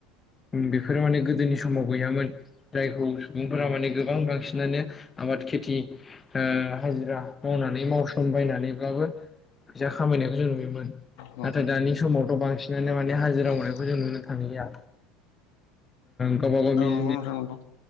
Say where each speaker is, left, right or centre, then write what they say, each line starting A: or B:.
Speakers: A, on the left; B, on the left.
A: बेफोरो माने गोदोनि समाव गैयामोन जायखौ सुबुंफोरा माने गोबां बांसिनानो आबाद खेथि हाजिरा मावनानै मावसनबायायनानैब्ला <unintelligible> फैसा खामायनायखौ जों नुयोमोन
B: उम
A: नाथाय दानि समावथ' बांसिनानो माने हाजिरा
B: उम
A: मावनायखौ जों नुनो थांलिया गावबा गावनि
B: नोंगौ नोंथां नंगौ